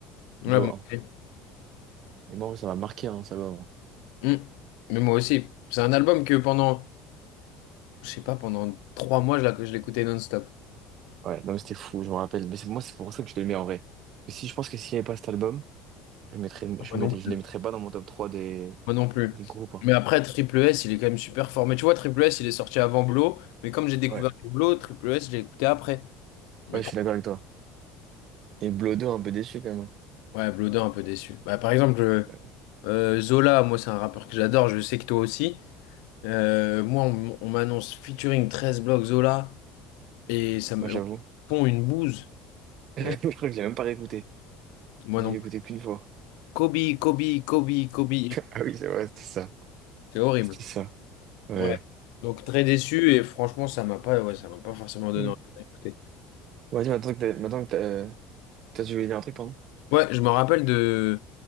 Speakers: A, on the left (about 80°); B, on the right (about 55°).
A: Ouais,
B: Blow
A: moi
B: 1.
A: aussi.
B: Et moi, en vrai, ça m'a marqué, hein, cet album.
A: Hmm. Mais moi aussi. C'est un album que pendant, je sais pas, pendant trois mois, je la- je l'écoutais non-stop.
B: Ouais, non, mais c'était fou, je me rappelle. Mais c'est- moi, c'est pour ça que je le mets en vrai. Et si je pense que s'il n'y avait pas cet album, je mettrais,
A: Moi
B: je mettais-
A: non plus.
B: je les mettrais pas dans mon top 3 des,
A: Moi non plus.
B: des groupes. hein.
A: Mais après, Triple S, il est quand même super fort. Mais tu vois, Triple S, il est sorti avant Blo. Mais comme j'ai découvert
B: Ouais,
A: les Blo, Triple S, je l'ai écouté après. Mais
B: ouais, je
A: trop.
B: suis d'accord avec toi. Et Blow 2, un peu déçu quand même. hein.
A: Ouais, Blodin, un peu déçu. Bah, par exemple, euh,
B: Ouais,
A: euh, Zola, moi, c'est un rappeur que j'adore. Je sais que toi aussi. Euh, moi, on, on m'annonce featuring 13 blocs Zola et ça me
B: Moi, j'avoue.
A: on fond une bouse.
B: <laughs> Je
A: Euh,
B: crois que j'ai même pas réécouté.
A: moi
B: J'ai
A: non
B: dû l'écouter
A: plus.
B: qu'une fois.
A: Kobe, Kobe, Kobe, Kobe.
B: Ah oui, c'est vrai, c'était ça.
A: C'est horrible.
B: C'était ça. Ouais.
A: Ouais. Donc très déçu et franchement, ça m'a pas, ouais, ça m'a pas forcément donné
B: Mm.
A: envie d'écouter.
B: Vas-y, maintenant que t'as, maintenant que t'as, t'as- tu voulais dire un truc, pardon?
A: Ouais, je me rappelle de